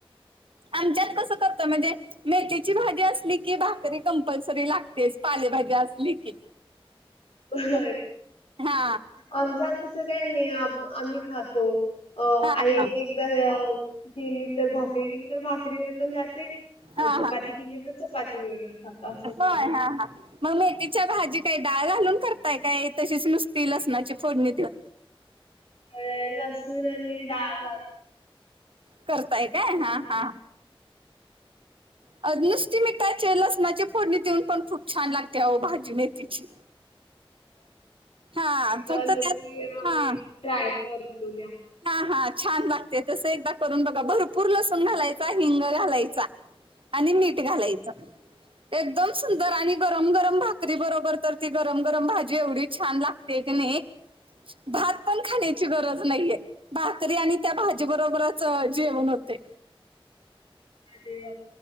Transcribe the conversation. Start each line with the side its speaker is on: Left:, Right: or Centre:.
Right: आमच्यात कस कर म्हणजे मेथीची भाजी असली की भाकरी कंपल्सरी लागते पालेभाजी असली की
Left: हो
Right: हा
Left: आमच्यासं काही नाही आम्ही खातो अ
Right: हा
Left: आ
Right: हा
Left: एक एक केेली तर भाकरी केेली तर भाकरीवर पण जाते
Right: हा
Left: चपाती
Right: हा
Left: केेली तर चपाती व खातो असं
Right: होय
Left: असते ना
Right: हा हा मग मेथीच्या भाजी काही डाळ घालून करताय काय तशीच नुसती लसणाची फोडणी देऊन
Left: अ लसूण आणि डाळ घाल
Right: करताय काय? हा
Left: छान
Right: हा. अ नुसती मिठाचे लसणाचे फोडणी देऊन पण, खूप छान लागते आओ भाजी मेथीची. हा
Left: एकदा
Right: फक्त त्यात
Left: नक्की आम्ही
Right: हा
Left: ट्राय करतो या.
Right: हा हा छान लागते, तस एकदा करून बघा, भरपूर लसूण घालायचा, हिंग घालायचा. आणि मीठ घालायचं. एकदम सुंदर, आणि गरम गरम भाकरी बरोबर, तर ती गरम गरम भाजी एवढी छान लागते क नाही भात पण खाण्याची गरज नाहीये भाकरी आणि त्या भाजी बरोबरच जेवण होते
Left: अे वा